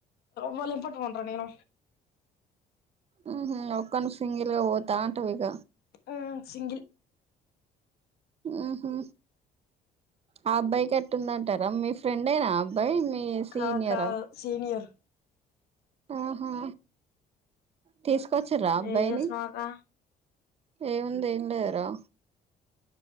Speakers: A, on the left; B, on the right.
A: వల్లతోటే ఉంటా నేను
B: ఉంహు ఒక్కను సింగిల్ గా పోతా అంటావు ఇగ
A: ఆ సింగిల్
B: ఆహా ఆ అబ్బాయి కెట్టుందంటారా మీ ఫ్రెండ్ ఏనా ఆ అబ్బాయి మీ మీ సీనియర్
A: కాదు కాదు సీనియర్
B: ఆహా తీస్ ఎక్కొచ్చరా ఆ అబ్బాయిని
A: ఏం చేస్తున్నావ్ అక్క
B: ఏముంది ఏం లేదురా